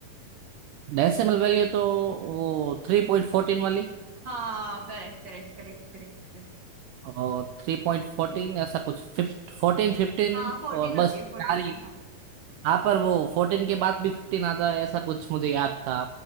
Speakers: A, on the right (about 75°); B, on the right (about 35°).
A: डेसिमल वैल्यू तो वो थ्री पॉइंट फोर्टीन वाली
B: हाँ correct correct correct correct correct
A: और थ्री पॉइंट फोर्टीन ऐसा कुछ फिफ्ट फोर्टीन फिफ्टीन
B: हाँ फोर्टीन
A: और बस
B: होती है फोर्टीन
A: चार ही
B: हाँ
A: हाँ पर वो फोर्टीन के बाद भी फिफ्टीन आता है ऐसा कुछ मुझे याद था